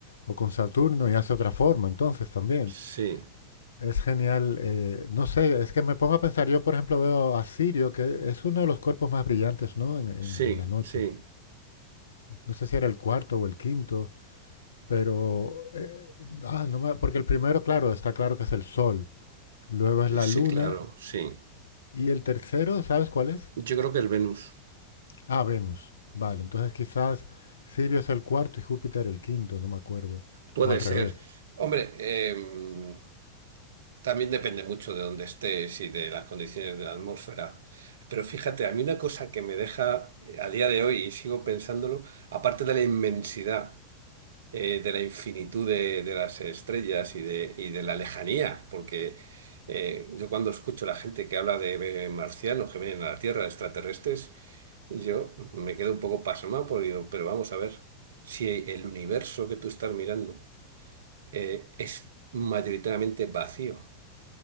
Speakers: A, on the left (about 70°); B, on the right (about 60°).
A: o con Saturno y hace otra forma, entonces también.
B: sí,
A: Es genial. eh, no sé, es que me pongo a pensar, yo por ejemplo veo a Sirio, que es uno de los cuerpos más brillantes, ¿no? En, en-
B: sí,
A: en la noche.
B: sí.
A: No sé si era el cuarto o el quinto. Pero, eh, ah, no me- porque el primero, claro, está claro que es el Sol, luego es la
B: Sí,
A: Luna
B: claro, sí.
A: y el tercero, ¿sabes cuál es?
B: Yo creo que es Venus.
A: Ah, Venus. Vale, entonces quizás Sirio es el cuarto y Júpiter el quinto, no me acuerdo.
B: Puede
A: O al revés,
B: ser. Hombre, em, también depende mucho de dónde estés y de las condiciones de la atmósfera. Pero fíjate, a mí una cosa que me deja eh, a día de hoy y sigo pensándolo, aparte de la inmensidad, eh, de la infinitud de, de las estrellas y de, y de la lejanía, porque eh, yo cuando escucho a la gente que habla de eh, marcianos que vienen a la Tierra, extraterrestres, yo me quedo un poco pasmado porque digo, pero vamos a ver, si el universo que tú estás mirando eh, es mayoritariamente vacío,